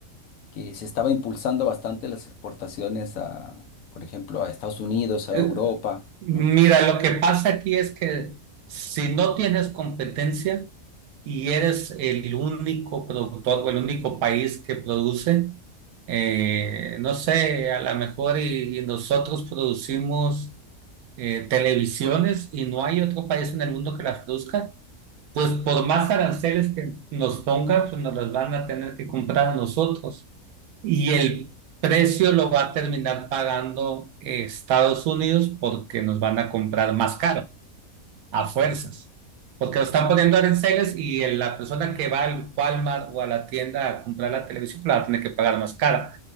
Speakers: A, on the left (about 70°); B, on the right (about 80°).
A: que se estaba impulsando bastante las exportaciones a, por ejemplo, a Estados Unidos, a
B: Eh,
A: Europa,
B: mira,
A: ¿no?
B: lo que pasa aquí es que si no tienes competencia y eres el único productor o el único país que produce, eh, no sé, a lo mejor y, y nosotros producimos eh, televisiones y no hay otro país en el mundo que las produzca, Pues por más aranceles que nos pongan, pues nos las van a tener que comprar a nosotros. Y el precio lo va a terminar pagando eh, Estados Unidos porque nos van a comprar más caro a fuerzas,
A: Ah,
B: porque lo están poniendo aranceles y el- la persona que va al Walmart o a la tienda a comprar la televisión pues la va a tener que pagar más cara.